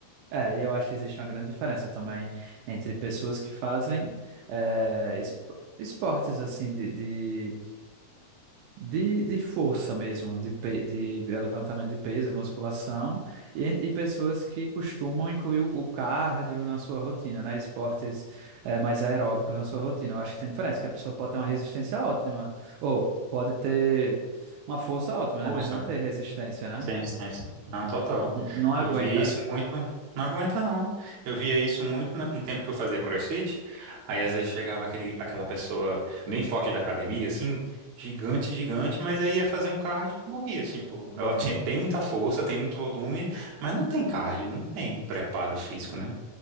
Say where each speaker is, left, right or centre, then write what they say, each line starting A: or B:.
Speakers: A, on the right; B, on the right.
A: É, e eu acho que existe uma grande diferença também entre pessoas que fazem é, es- esportes assim de, de, de, de força mesmo, de, pe- de levantamento de peso, musculação, e, en- e pessoas que costumam incluir o, o cardio na sua rotina, né? Esportes é, mais aeróbicos na sua rotina. Eu acho que tem diferença, que a pessoa pode ter uma resistência ótima, ou pode ter uma força ótima,
B: Ou
A: né? Mas não ter resistência, né?
B: Sem distância. Não, total.
A: N- Não aguenta.
B: Eu via isso muito. Não aguenta, não. Eu via isso muito na- no tempo que eu fazia CrossFit. Aí às vezes chegava aquele, aquela pessoa bem forte da academia, assim, gigante, gigante, mas aí ia fazer um cardio, morria, assim, pô.
A: Morrer.
B: Ela tinha- tem muita força, tem muito volume, mas não tem cardio, não tem preparo físico, né?